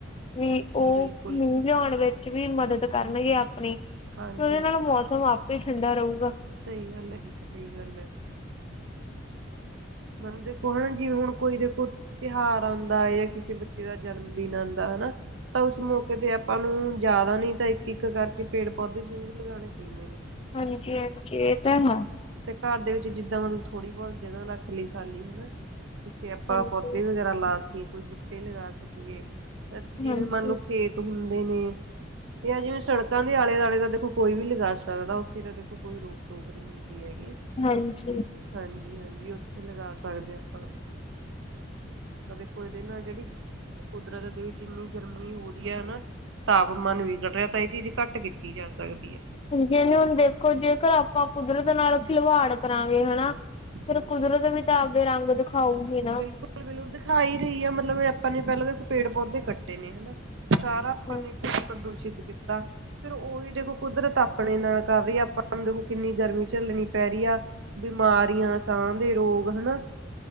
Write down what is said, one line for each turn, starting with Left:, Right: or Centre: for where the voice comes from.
Left: ਵੀ ਉਹ
Right: ਬਿਲਕੁਲ
Left: ਮੀਹ ਲਿਆਉਣ ਵਿੱਚ ਵੀ ਮਦਦ ਕਰਨਗੇ ਆਪਣੀ
Right: ਹਾਂਜੀ
Left: ਉਹਦੇ
Right: ਹਾਂ
Left: ਨਾਲ ਮੌਸਮ ਆਪ ਠੰਡਾ ਰਹੂਗਾ।
Right: ਸਹੀ ਗੱਲ ਹੈ। ਜੀ ਸਹੀ ਗੱਲ ਹੈ। ਮਤਲਬ ਦੇਖੋ ਹਨਾ ਜਿਵੇਂ ਹੁਣ ਕੋਈ ਦੇਖੋ। ਤਿਉਹਾਰ ਆਉਂਦਾ ਹੈ। ਜਾਂ ਕਿਸੇ ਬੱਚੇ ਦਾ ਜਨਮ ਦਿਨ ਆਉਂਦਾ ਹਨਾ। ਤਾਂ ਉਸ ਮੌਕੇ ਤੇ ਆਪਾਂ ਨੂੰ ਜ਼ਿਆਦਾ ਨੀ ਤਾਂ ਇੱਕ-ਇੱਕ ਕਰਕੇ ਪੇੜ ਪੌਦੇ ਜ਼ਰੂਰ ਲਗਾਉਣੇ ਚਾਹੀਦੇ ਨੇ
Left: ਹਾਂਜੀ-ਹਾਂਜੀ, ਇਹ ਤਾਂ ਹੈ।
Right: ਤੇ ਘਰ ਦੇ ਵਿੱਚ ਜਿੱਦਾਂ ਮਤਲਬ ਥੋੜੀ ਬਹੁਤ ਜਗ੍ਹਾ ਰੱਖ ਲਈ ਖਾਲੀ ਹਨਾ ਜਿੱਥੇ ਆਪਾਂ
Left: ਹਾਂਜੀ
Right: ਪੌਦੇ ਵਗੈਰਾ। ਲਾ ਸਕੀਏ ਕੋਈ ਬੂਟੇ ਲਗਾ ਸਕੀਏ ਤਾਂ ਜਿਵੇਂ
Left: ਹਾਂਜੀ
Right: ਮੰਨ ਲਓ ਖੇਤ ਹੁੰਦੇ ਨੇ। ਜਿਵੇਂ ਸੜਕਾਂ ਦੇ ਆਲੇ ਦੁਆਲੇ ਦਾ ਦੇਖੋ ਕੋਈ ਵੀ ਲਗਾ ਸਕਦਾ ਉੱਥੇ ਤਾਂ ਦੇਖੋ ਕੋਈ ਰੋਕ ਟੋਕ ਨਹੀਂ ਹੁੰਦੀ। ਹੈਗੀ।
Left: ਹਾਂਜੀ।
Right: ਹਾਂਜੀ-ਹਾਂਜੀ ਉੱਥੇ ਲਗਾ ਸਕਦੇ ਹੋ ਆਪਾਂ। ਤਾਂ ਦੇਖੋ ਇਹਦੇ ਨਾ ਜਿਹੜੀ ਕੁਦਰਤ ਦੇ ਵਿੱਚ ਇੰਨੀ ਗਰਮੀ ਹੋ ਰਹੀ ਹੈ। ਹਨਾ ਤਾਪਮਾਨ ਵਿਗੜ ਰਿਹਾ ਤਾਂ ਇਹ ਚੀਜ਼ ਘੱਟ ਕੀਤੀ ਜਾ ਸਕਦੀ ਹੈ।
Left: ਜਿਵੇਂ ਹੁਣ ਦੇਖੋ ਜੇਕਰ ਆਪਾਂ ਕੁਦਰਤ ਨਾਲ ਖਿਲਵਾੜ ਕਰਾਂਗੇ ਹਨਾ। ਫੇਰ
Right: ਹਾਂਜੀ
Left: ਕੁਦਰਤ ਵੀ ਤਾਂ ਆਪਦੇ ਰੰਗ ਦਿਖਾਊਗੀ ਨਾ।
Right: ਬਿਲਕੁਲ-ਬਿਲਕੁਲ ਦਿਖਾਈ ਰਹੀ ਆ ਮਤਲਬ ਆਪਾਂ ਨੇ ਪਹਿਲਾਂ ਪੇੜ ਪੌਦੇ ਕੱਟੇ ਨੇ ਹਨਾ ਸਾਰਾ ਆਪਾਂ
Left: ਹਾਂਜੀ
Right: ਨੇ ਕੁਝ ਪ੍ਰਦੂਸ਼ਿਤ ਕੀਤਾ। ਫਿਰ ਉਹੀ ਦੇਖੋ ਕੁਦਰਤ ਆਪਣੇ ਨਾਲ ਕਰ ਰਹੀ ਆਪਾਂ ਨੂੰ ਦੇਖੋ ਕਿੰਨੀ ਗਰਮੀ ਝੱਲਣੀ ਪੈ ਰਹੀ ਆ। ਬਿਮਾਰੀਆਂ ਸਾਹ ਦੇ ਰੋਗ ਹਨਾ